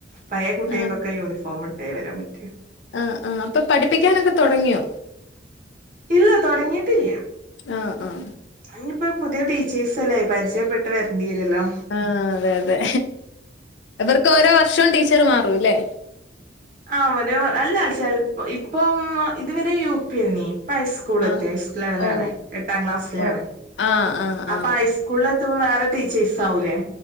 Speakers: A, on the right (about 45°); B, on the left (about 65°).
A: പഴയ കുട്ടികൾക്കൊക്കെ
B: ആ
A: യൂണിഫോം ഇട്ടേ വരാൻ പറ്റു
B: ആഹ് ആഹ് അപ്പൊ പഠിപ്പിക്കാനൊക്കെ തുടങ്ങിയോ
A: ഇല്ല തുടങ്ങിയിട്ടില്ല
B: ആഹ ആഹ
A: അയിനിപ്പോം പുതിയ ടീച്ചേഴ്സ് അല്ലേ പരിചയപ്പെട്ട് വരണ്ടി വെരല്ലോ
B: ആഹ് അതെ അതെ ഇവർക്ക് ഓരോ വർഷവും ടീച്ചർ മാറുംല്ലേ
A: ആ് ഒരു അല്ല ചിലപ്പോ ഇപ്പം ഇത് വരെ യു പി അയ്നി ഇപ്പഐസ് സ്കൂൾ എത്തി
B: ആ
A: ഹൈ സ്കൂൾ ലെവലാണ്
B: ഓ
A: എട്ടാം ക്ലാസിലാണ്
B: ഓ ആ ആ ആ
A: അപ്പൊ ഹൈസ്കൂളിൽ എത്തുമ്പോ വേറെ ടീച്ചേഴ്സ് ആവൂലേ